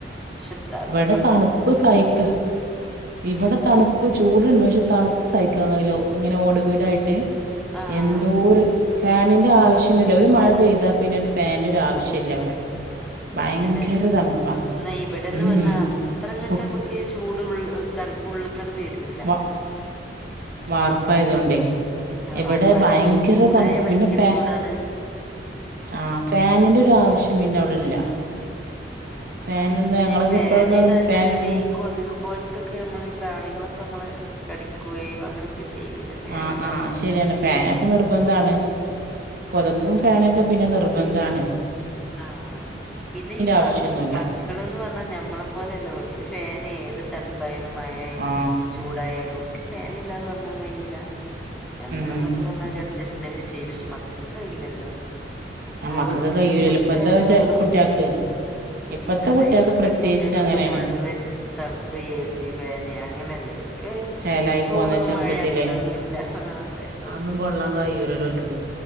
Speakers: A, in the centre; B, on the right.
A: ഷേ തണു
B: നല്ല തണുപ്പ് സഹിക്കാ. ഇവിടെ തണുപ്പ് ചൂട്ണ്ട് പക്ഷേ തണുപ്പ് സഹിക്കാൻ കയില്ല ഇങ്ങനെ ഓട് വീടായിട്ട്.
A: ആഹ്
B: എന്തോര് ഫാനിന്റെ ആവശ്യൊന്നില്ല ഒരു മഴ പെയ്താ പിന്നൊരു ഫാന്റൊരു ആവശ്യല്ല ഇവിടെ. ഭയങ്കര
A: ഇല്ലല്ലേ
B: തണുപ്പാ.
A: എന്നാ ഇവിടെന്ന്
B: ഉം
A: പറഞ്ഞാ അത്ര അങ്ങോട്ട്
B: കു
A: നമ്മുക്ക് ചൂട് ഉള്ള് തണുപ്പ് ഉള്ളിക്കണ്ട് വരൂല
B: വ വാർപ്പായതോണ്ടേ
A: ആഹ്
B: ഇവിടെ
A: വാർപ്പായോണ്ട്
B: ഭയങ്കര
A: പക്ഷെ ചൂടായ
B: തണുപ്പ്
A: ഭയങ്കര
B: പിന്നെ ഫാ
A: ചൂടാണ്
B: ആ ഫാനിന്റെ ഒരു ആവശ്യം പിന്നെ അവിടെ ഇല്ല.
A: ഉം
B: ഫാനൊന്നും
A: പക്ഷേ
B: ഞങ്ങളൊക്കെ
A: ഈ ഫാൻ
B: ഇപ്പോഴൊക്കെ
A: ഇടഞ്ഞാൽതന്നെ
B: ഒന്ന് ഫാൻ ഇട
A: ഈ കൊതുക് പോല ത്തൊക്കെ നമ്മളെ ഈ പ്രാണികളൊക്കെ നമ്മളെ കടിക്കുകയോ അങ്ങനെയൊക്കെ ചെയ്യൂലേ? ഫാന്
B: ആഹ്
A: ഇടാഞ്ഞാല്
B: ആഹ് ശരിയാണ് ഫാന് അപ്പൊ നിർബന്ധാണ് പൊതപ്പും ഫാനൊക്കെ പിന്നെ നിർബന്ധമാണ്.
A: ആ അവര് പിന്നെ ഈ
B: ആവശ്യൊന്നുല്ല
A: മ മക്കൾന്ന് പറഞ്ഞാ ഞമ്മളെ പോലല്ല ക്ക് ഫാന് ഏത് തണുപ്പായാലും മഴയാലും
B: ആ
A: ചൂടായാലും ഓരിക്ക് ഫാൻ ഇല്ലാതെ ഉറങ്ങാൻ കഴിയൂല്ല. ഞമ്മളന്നൊക്കെ
B: ഉം
A: പറഞ്ഞാ ഒരു അഡ്ജസ്റ്റ് മെന്റ് ചെയ്യും പക്ഷെ മക്കക്ക് അത് ഇല്ലല്ലോ.
B: മക്കക്ക്
A: ഓല്ക്ക്
B: കയ്യൂലല്ലോ
A: എപ്പോഴും
B: ഇപ്പത്തെ
A: ഫാന് വേണം
B: കുട്ട്യാക്ക് ഇപ്പത്തെ
A: അതെ
B: കുട്ടികൾക്ക്
A: ഇപ്പത്തക്കെ
B: പ്രത്യേകിച്ച്
A: കുട്ടികക്കൊക്കെ
B: അങ്ങനെയാണ്
A: ഫുള്ള് തണുപ്പ്, എ സി, ഫാൻ, അങ്ങനെയല്ലേ ക്ക്
B: ചേലായി
A: ചൂടോ,
B: പോന്ന ചെറുപ്പത്തിലെ
A: മഴയോ അങ്ങനെയൊന്നു ഇല്ല അതെ
B: അതൊന്നും
A: ഓല്ക്ക്
B: കൊള്ളാൻ
A: എന്താ.
B: കഴിയൂലല്ലോ ഓൽക്ക്